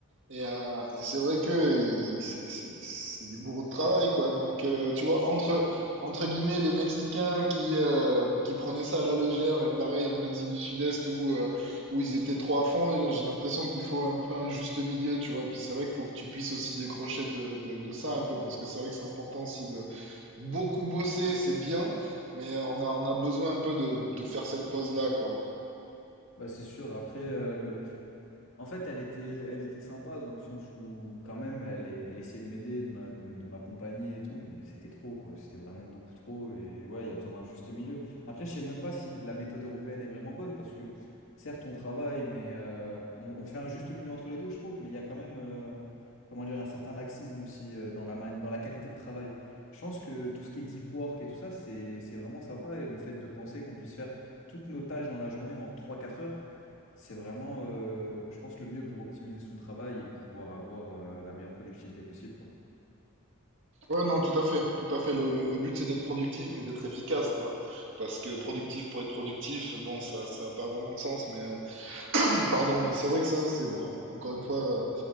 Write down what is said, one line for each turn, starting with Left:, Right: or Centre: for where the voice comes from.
Right: Et, euh, et c'est vrai que il- c'est c'est- c'est des bourreaux de travail, quoi. Donc, euh, tu vois, entre, entre guillemets, les Mexicains qui, euh, qui prenaient ça à la légère, et pareil en Asie du Sud-Est où, euh, où ils étaient trop à fond, et j'ai l'impression qu'il faut un peu un juste milieu, tu vois. Et puis c'est vrai qu'il faut que tu puisses aussi décrocher de, de, de ça un peu, parce que c'est vrai que c'est important aussi de beaucoup bosser, c'est bien, mais on a, on a besoin un peu de, de faire cette pause-là, quoi.
Left: Bah c'est sûr, après, euh, le... en fait, elle était, elle était sympa dans le sens où, quand même, elle, est- elle essayait de m'aider, de m'a- de me- de m'accompagner et tout, mais c'était trop, quoi. C'était vraiment beaucoup trop. Et ouais, il y a besoin d'un juste milieu. Après, je sais même pas si la méthode européenne est vraiment bonne parce que, certes, on travaille, mais euh, on, on fait un juste milieu entre les deux, je trouve. Mais il y a quand même, euh, comment dire, un certain laxisme aussi euh, dans la, man- dans la qualité de travail. Je pense que tout ce qui est deep work et tout ça, c'est, c'est vraiment sympa. Et le fait de penser qu'on puisse faire toutes nos tâches dans la journée en trois quatre heures. C'est vraiment, euh, je pense, le mieux pour optimiser son travail et pouvoir avoir euh, la meilleure productivité possible, quoi.
Right: Ouais, non, tout à fait, tout à fait. Le, le, le but, c'est d'être productif, mais d'être efficace, quoi. Parce que productif pour être productif, bon, ça, ça a pas vraiment de sens, mais euh, <clears throat> pardon, mais c'est vrai que ça, c'est bon. Encore une fois, euh,